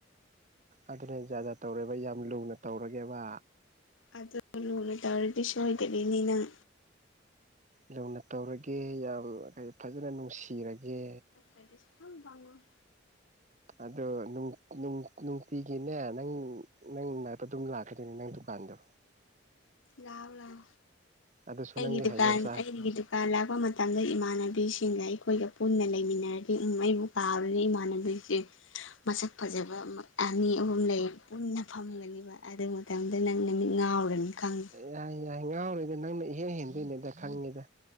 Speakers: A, on the right (about 40°); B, on the left (about 80°).
A: ꯑꯗꯨꯅꯦ ꯖꯥꯠ ꯖꯥꯠ ꯇꯧꯔꯣꯏꯕ ꯌꯥꯝ ꯂꯨꯅ ꯇꯧꯔꯒꯦꯕꯥ
B: ꯑꯗꯨ ꯂꯨꯅ ꯇꯧꯔꯗꯤ ꯁꯣꯏꯗꯕꯤꯅꯤ ꯅꯪ
A: ꯂꯧꯅ ꯇꯧꯔꯒꯦ ꯌꯥꯝ ꯀꯩ ꯐꯖꯅ ꯅꯨꯡꯁꯤꯔꯒꯦ
B: ꯑꯩꯗꯤ ꯁꯨ ꯐꯪ ꯐꯪ <unintelligible>
A: ꯑꯗꯣ ꯅꯨꯡ ꯅꯨꯡ ꯅꯨꯡꯇꯤꯒꯤꯅꯦ ꯅꯪ ꯅꯪ ꯅꯅꯥꯛꯇ ꯗꯨꯝ ꯂꯥꯛꯀꯗꯣꯏꯅꯦ ꯅꯪ ꯗꯨꯀꯥꯟꯗꯣ
B: ꯂꯥꯎ ꯂꯥꯎ
A: ꯑꯗꯨꯁꯨ
B: ꯑꯩꯒꯤ
A: ꯅꯪꯒꯤ ꯍꯩꯅꯧ
B: ꯗꯨꯀꯥꯟ
A: ꯆꯥ
B: ꯑꯩꯒꯤ ꯗꯨꯛ ꯀꯥꯟ ꯂꯥꯛꯄ ꯃꯇꯝꯗ ꯏꯃꯥꯟꯅꯕꯤꯁꯤꯡꯒ ꯑꯩꯈꯣꯏꯒꯥ ꯄꯨꯟꯅ ꯂꯩꯃꯤꯟꯅꯔꯗꯤ ꯎꯝ ꯑꯩꯕꯨ ꯄꯥꯝꯂꯤ ꯏꯃꯥꯟꯅꯕꯤꯖꯦ ꯃꯁꯛ ꯐꯖꯕ ꯑꯃ ꯑꯥ ꯃꯤ ꯑꯍꯨꯝ ꯂꯩ ꯄꯨꯟꯅ ꯐꯝꯒꯅꯦꯕ ꯑꯗꯨ ꯃꯇꯝꯗ ꯅꯪ ꯅꯃꯤꯠ ꯉꯥꯎꯔꯅꯤ ꯈꯪꯉꯤ
A: ꯌꯥꯏ ꯌꯥꯏ ꯉꯥꯎꯔꯣꯏꯗ ꯅꯪꯅ ꯏꯍꯦ ꯍꯦꯟꯗꯣꯏꯅꯤꯗ ꯈꯪꯉꯤꯗ